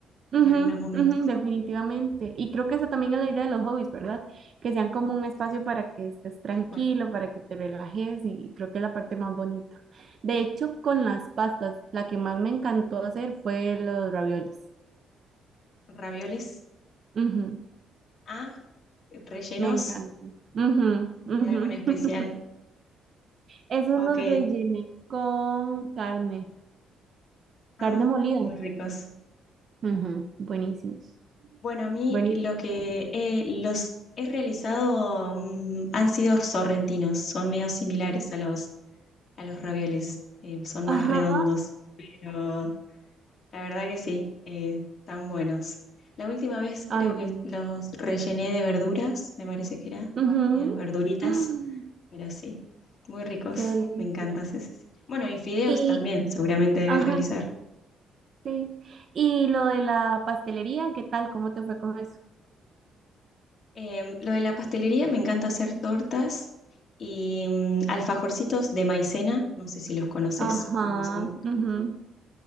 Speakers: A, on the left (about 45°); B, on the right (about 50°).
A: en
B: Ujú,
A: algunos momentos.
B: ujú, definitivamente. Y creo que esa también es la idea de los hobbies, ¿verdad? Que sean como un espacio
A: Sí, sí, sí.
B: para que estés tranquilo,
A: Tal cual.
B: para que te relajes y creo que es la parte más bonita. De hecho, con las pastas, la que más me encantó hacer fue los raviolis.
A: Ravioles,
B: Ujú,
A: ah, rellenos
B: me encantó. Ujú, ujú.
A: de algo en especial.
B: <laughs> Esos
A: Ok,
B: los rellené con carne, carne
A: ah,
B: molida.
A: muy ricos.
B: Ujú, buenísimos.
A: Bueno, a mí
B: Buenísimos.
A: lo que he- los he realizado mm, han sido sorrentinos, son medio similares a los, a los ravioles, eh, son
B: Ajá.
A: más redondos, pero la verdad que sí, eh, están buenos. La última vez
B: Ay,
A: creo
B: buenísimo.
A: que los rellené de verduras, me parece que era,
B: Ujú.
A: menos verduritas,
B: <gasps> Mm,
A: pero sí, muy ricos,
B: Qué delicia.
A: me encantan. sí, sí, sí. Bueno, y fideos
B: Y,
A: también, seguramente debes
B: ajá,
A: realizar.
B: sí. Y lo de la pastelería, ¿qué tal? ¿Cómo te fue con eso?
A: Em, lo de la pastelería, me encanta hacer tortas y mm, alfajorcitos de maicena, no sé si los conoces,
B: Ajá,
A: cómo son.
B: ujú,